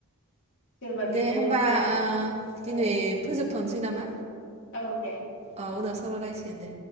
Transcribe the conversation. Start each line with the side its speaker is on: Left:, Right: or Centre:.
Left: सोरबा
Right: दे
Left: बे
Right: होमबा
Left: हौवा
Right: ओ दिनै
Left: ओं
Right: फोजोबथ नोसै नामा?
Left: औ दे
Right: औ उनाव सावलाय लायसिगोन दे।